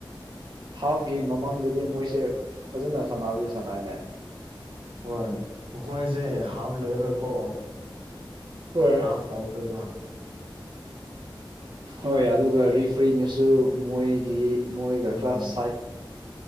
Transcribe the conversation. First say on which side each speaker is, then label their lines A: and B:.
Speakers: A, on the right; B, on the right.
A: ꯍꯥꯐꯀꯤ ꯃꯃꯥꯡꯗꯗꯤ ꯃꯣꯏꯁꯦ ꯐꯖꯅ ꯁꯥꯟꯅꯕꯁꯦ ꯁꯥꯟꯅꯩꯅꯦ
B: ꯍꯣꯏ ꯃꯈꯣꯏꯁꯦ ꯍꯥꯐ ꯂꯣꯏꯔꯒꯀꯣ
A: ꯍꯣꯏ
B: ꯍꯥꯐ ꯇꯧꯈ꯭ꯔꯤꯕ
A: ꯍꯣꯏ ꯑꯗꯨꯒ ꯔꯤꯐ꯭ꯔꯤꯅꯁꯨ ꯃꯣꯏꯒꯤ ꯃꯣꯏꯒ
B: ꯎꯝ
A: ꯈꯔ ꯁꯥꯏꯠ